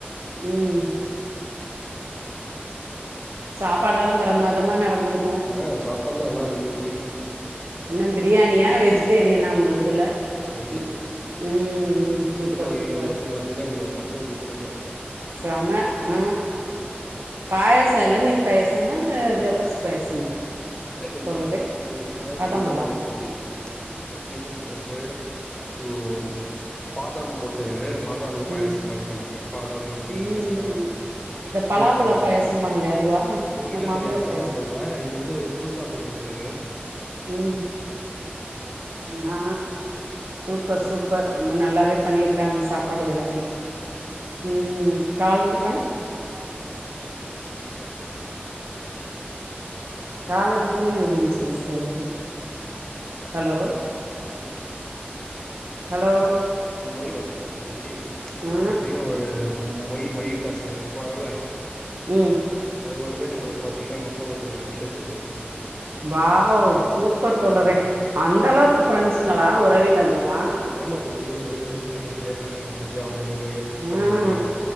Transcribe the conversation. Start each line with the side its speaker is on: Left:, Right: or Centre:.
Right: ம் சாப்பாடெல்லா பிரம்மாதமா நடந்துருக்கு
Left: ஆ சாப்பாடெல்லா நல்லாருக்கு தொழி
Right: என்ன பிரியாணியா வெஜிடேரியனா உங்கள்துல
Left: வெஜில
Right: ம் ம் சூப்பர்
Left: தொட்டுக்க வகைகள்
Right: சூப்பர்
Left: மட்டு பாத்தீங்கன்னாங்க அவிங்க ஒரு பத்து வகை தொட்டுக்க
Right: செம ஆ பாயாசோ இளநீர் பாயாசமா இல்ல ஜவ்வரிசி பாயாசமா
Left: இல்ல தோழி
Right: தோழரே
Left: இது வந்து பாயாசோ
Right: வாதாம்பழா
Left: இந்த பாயாசோ மாரி எப்டி சொல்றது ம் பாதாம் போட் து பாதாம் மில்க்
Right: ம்
Left: பாயாசோ மாரி பண்ணாங்க பாதாம் முந்திரி
Right: ம்
Left: பிஸ்தா
Right: ம் பலாப்பழ
Left: இந்த மாரிலா போட்டு
Right: பாயாசம்பாங்களே அதுவா
Left: ம் இல்ல
Right: மாம்பழ
Left: தோழி அந்த
Right: பாயாச
Left: மாரி பண்ல ல இது வந்து புதுசா பண்ணணுண்ட்டு
Right: ம் நா சூப்பர் சூப்பர் ரொம்ப நல்லாவே பண்ணிருக்காங்க சாப்பாடு வகையெல்லா ம் கால்ல டிஃபன் கால்ல டிஃபனு எப்டி இருந்ச்சு தோழரே ஹலோ ஹலோ
Left: ம் மொய் பாத்தீங்கன்னா தோழி
Right: ஆ
Left: எப்டியு ஒரு மொய் மொய் காசு வெப்பாங்கள்ல
Right: ம்
Left: அது மட்டுமே நம்மளுக்கு பாத்தீங்கன்னா மொத்தோ ஒரு எட்டு லட்சத்துகிட்ட வந்துருச்சு தோழி
Right: வாவ் சூப்பர் தோழரே
Left: ம் ம்
Right: அந்த அளவுக்கு ஃப்ரெண்ஸுங்களா உறவினர்களா
Left: ஆமா தோழி உறவினர்கள்லா எனக் நறைய பேர் இருக்காங்க தஞ்சாவூரு போகனோ
Right: ம்